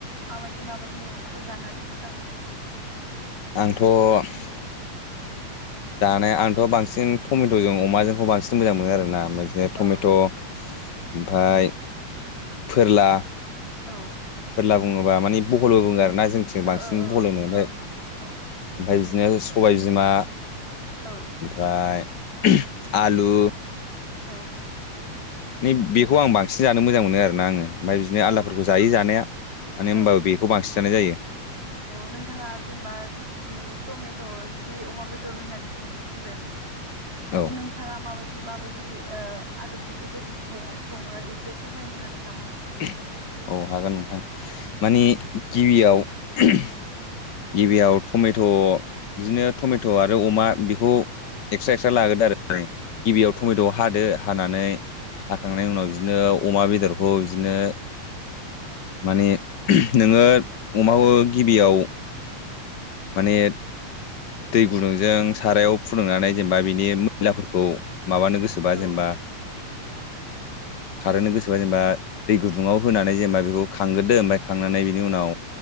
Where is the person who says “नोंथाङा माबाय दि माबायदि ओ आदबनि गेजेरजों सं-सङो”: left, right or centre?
Right